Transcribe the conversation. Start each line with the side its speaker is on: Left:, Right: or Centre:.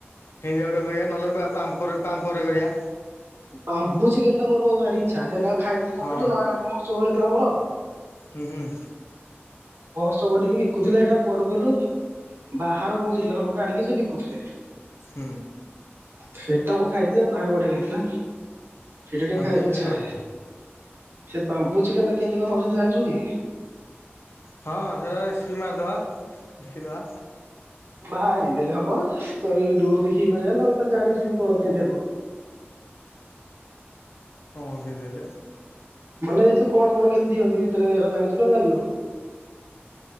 Left: ହେଇ <inaudible> <inaudible> ପାପରେ କରିଆ।
Right: ବାମ୍ବୋ ଚିକେନଟା ମୋର ଭାରି ଇଚ୍ଛା। ଖାଇ ଖାଇ ବୋଲି
Left: ହଁ
Right: ନୟାଗଡ଼ ମହୋତ୍ସବ ବେଳେ ଥିଲା ମୋର
Left: ହୁଁ ହୁଁ।
Right: ସବୁ ଟିକେ ବିକୁଥିଲେ ସେଇଟା କୁଆଡୁ କହିଲୁ ବାହାର କୋଉ ଜିଲ୍ଲାର ଗୋଟେ ଆଣିକି ସେ ବିକୁଥିଲେ
Left: ହୁଁ।
Right: ସେଟା ମୁଁ ଖାଇଥିଲି ତ ଭାରି ବଢିଆ ଲାଗିଥିଲା। ହିଟ ଟିକେ
Left: ଆମେ
Right: ଖାଇବାକୁ
Left: ବି ସେମିତି
Right: ଇଚ୍ଛା
Left: କରିବା
Right: ସେ ବାମ୍ବୁ ଚିକେନ୍ କେମିତି କଣ ହଉଛୁ ତୁ ଜାଣିଛୁ କି?
Left: ହଁ ସେଟା ରେସିପି ମାରିଦେବା। ଦେଖିଦବା।
Right: ମାରିଦେଲେ ହବ ୟୁଟୁବ ଦେଖିକି କରିଆନା ଆଉ ଜାଣିଚୁ କଣ କେମିତି କରିଆ
Left: ହଁ <inaudible>
Right: ମାନେ ଏ ସେ କଣ କଣ କେମିତି ଦିଅନ୍ତି ଭିତରେ ଏରା ଜାଣିଛୁ ଜାଣିନ